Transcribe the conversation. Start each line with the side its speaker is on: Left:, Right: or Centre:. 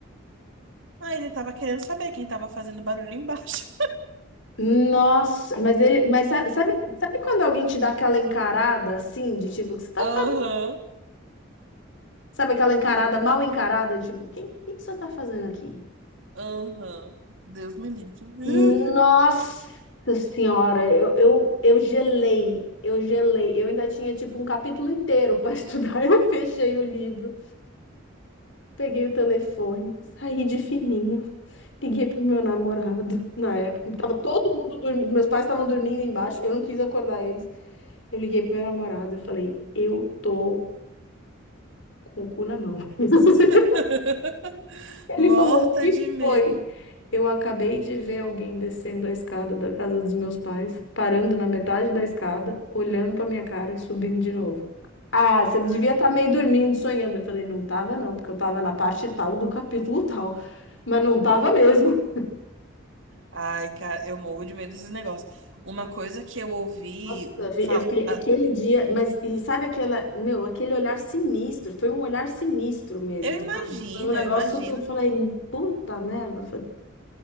Right: Ah, ele tava querendo saber quem tava fazendo barulho embaixo.
Left: Nossa, mas ele, mas sa- sabe, sabe quando alguém te dá aquela encarada assim, de tipo, o que você tá
Right: <laughs> Aham.
Left: fazendo? Sabe aquela encarada mal encarada, tipo, quem, que que você tá fazendo aqui?
Right: Aham. Deus me livre.
Left: Nossa senhora, eu, eu, eu gelei, eu gelei. Eu ainda tinha tipo um capítulo inteiro pra <laughs> estudar. Eu fechei o livro. Peguei o telefone, saí de fininho, liguei pro meu namorado na época. Tava todo mundo dormindo, meus pais estavam dormindo embaixo, eu não quis acordar eles. Eu liguei pro meu namorado, eu falei, eu tô com o cu na mão. <laughs>
Right: <laughs> Morta
Left: Ele falou, o que
Right: de medo.
Left: foi? Eu acabei de ver alguém descendo a escada da casa dos meus pais, parando na metade da escada, olhando pra minha cara e subindo de novo. Ah, você devia
Right: Ai,
Left: estar meio dormindo, sonhando. Eu falei, não tava não, porque eu tava na parte tal do capítulo tal, mas não tava mesmo.
Right: ai, cara, eu morro de medo desses negócios. Uma coisa que eu ouvi,
Left: Nossa,
Right: um,
Left: vi-
Right: fal-
Left: eu fiquei
Right: ah,
Left: aquele dia, mas e sabe aquela, meu, aquele olhar sinistro, foi um olhar sinistro mesmo,
Right: eu imagino,
Left: sabe? Foi um negócio
Right: eu imagino.
Left: que eu falei, puta merda, foi,